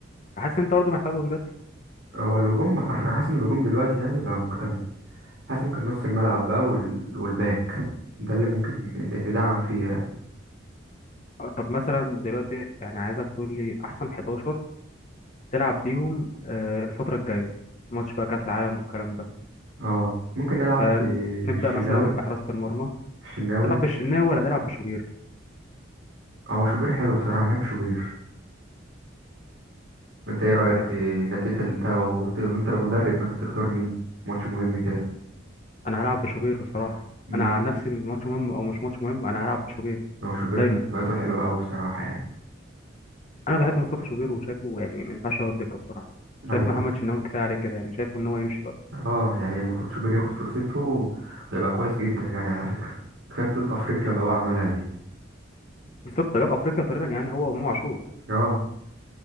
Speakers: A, on the left (about 40°); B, on the right (about 85°).
A: فحاسس ان انت برضه محتاج وينجات
B: هو الهجوم حرفيا حاسس ان الهجوم دلوقتي يعني بقى مكتمل حاسس ممكن نص الملعب بقى وال... والباك ده اللي ممكن ن- ندعم فيه يعني
A: آه، طب مثلا دلوقتي يعني عايزك تقول لي احسن 11 تلعب بيهم آه الفتره الجايه ماتش بقى كاس العالم والكلام ده
B: اه ممكن نلعب
A: فنبدا
B: بالشناوي
A: مثلا بحراسه المرمى
B: الشناوي
A: تلعب بالشناوي ولا تلعب بشوبير
B: هو شوبير حلو بصراحه بحب شوبير انت ايه رايك
A: تمام.
B: في ان انت انت انت لو لو انت المدرب مثلا تختار مين ماتش مهم كده
A: انا هلعب بشوبير بصراحه
B: امم
A: انا عن نفسي ماتش مهم او مش ماتش مهم انا هلعب بشوبير
B: هو شوبير
A: دايما
B: مستوياته حلوه قوي بصراحه يعني
A: انا بحب مصطفى شوبير وشايفه يعني ما ينفعش يقعد دكه بصراحه
B: ايوه
A: شايف محمد شناوي كفايه عليه كده يعني شايفه ان هو يمشي بقى
B: اه يعني المفروض شوبير ياخد فرصته ويبقى كويس جدا يعني على فكرة كفاية بطولة افريقيا اللي هو عملها دي
A: بالظبط جاب افريقيا تقريبا يعني هو وامام عاشور
B: اه